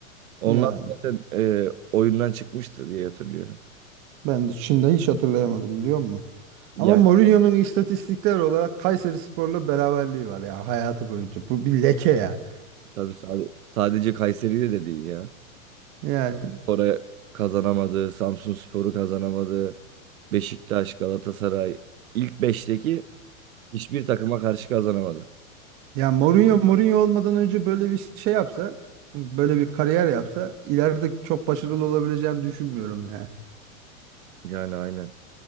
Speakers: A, on the right (about 80°); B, on the right (about 30°).
A: Onlar
B: yani
A: zaten e, oyundan çıkmıştır diye hatırlıyorum.
B: ben de Çin'de hiç hatırlayamadım biliyor musun?
A: Yani
B: Ama Mourinho'nun istatistikler olarak Kayserispor'la beraberliği var ya hayatı boyunca. Bu bir leke ya.
A: tabii sa- sadece Kayseri'de de değil ya.
B: Yani
A: Spor'a kazanamadı, Samsunspor'u kazanamadı, Beşiktaş, Galatasaray ilk beşteki hiçbir takıma karşı kazanamadı.
B: ya Mourinho Mourinho olmadan önce böyle bir şey yapsa, böyle bir kariyer yapsa ileride çok başarılı olabileceğini düşünmüyorum ya.
A: Yani aynen.